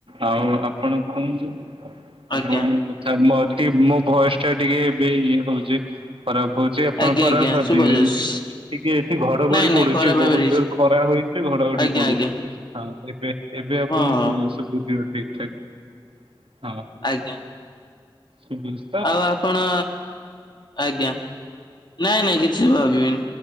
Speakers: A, on the right; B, on the left.
A: ଆଉ ଆପଣ କହୁନ୍ତୁ।
B: ଆଜ୍ଞା।
A: ଆପଣ କଥା ମୋର ଟିକେ ମୋବୟସଟା ଟିକେ ଏବେ ଇଏ ହଉଚି ଖରାପ୍ ହଉ ଯେଆପଣ
B: ଆଜ୍ଞା
A: ଖରାପ୍
B: ଆଜ୍ଞା
A: ଭାବିବେନି
B: ଶୁଭଯାଉଛି
A: ଟିକେ ଟିକେ ଏଠି ଘଡ଼ଘଡ଼ି
B: ନାଇଁ ନାଇଁ
A: ପଡ଼ୁଚି
B: ଖରାପ ଭାବରେ
A: ବହୁତ୍
B: ହେଇଛି
A: ଜୋରେ ଖରା ହେଇଚି ଘଡ଼ଘଡ଼ି
B: ଆଜ୍ଞା
A: ପଡ଼ୁଚି
B: ଆଜ୍ଞା।
A: ହଁ ଏବେ ଏବେ ଆପଣଙ୍କୁଠୁ
B: ହଁ ହଁ
A: <unintelligible> ସୁବୁଥିବ ଠିକ୍ ଠାକ୍ ହଁ।
B: ଆଜ୍ଞା।
A: ସୁବୁଚି।
B: ଆଉ ଆପଣ ଆଜ୍ଞା। ନାଇଁ ନାଇଁ କିଛି ଭାବିବେନି